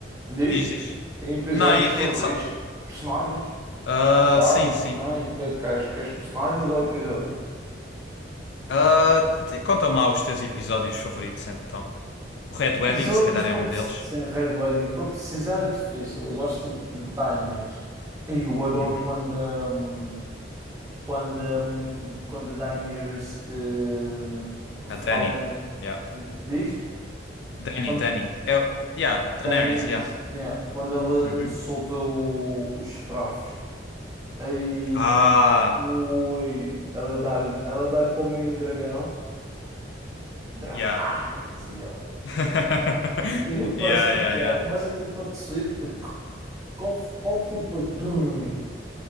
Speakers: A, on the right; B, on the left.
A: Diz?
B: Diz, diz.
A: Tem episódios
B: Não, e-
A: favoritos,
B: e só.
A: personagens,
B: Ah,
A: tem vários
B: sim, sim.
A: também. Que, que, que, personagens ou episódios?
B: Ah, t- conta-me lá os teus episódios favoritos então. O Red
A: Episódios
B: Wedding, se calhar,
A: para,
B: é um
A: preci-
B: deles.
A: sem Red Wedding, para precisar é difícil. Eu gosto tipo de timings. E eu adoro
B: Uhum.
A: quando, a hum, quando, a hum, quando a Daenerys hum, fala
B: A Dani.
A: em.
B: Yeah.
A: eh, diz?
B: Dani,
A: Quando
B: Dani. É, o- yeah, Daenerys,
A: Daenerys,
B: yeah.
A: yeah, quando ela
B: Uhum.
A: solta o- os escravos. Aí.
B: Ah,
A: Ui, ela dá-lhe ela dá-lhe para o mini dragão. Dracarys,
B: yeah.
A: e ele.
B: <laughs>
A: E ele começa,
B: Yeah, yeah,
A: e ela
B: yeah.
A: começa tipo a tossir. Qual, f- qual foi depois? Brrr.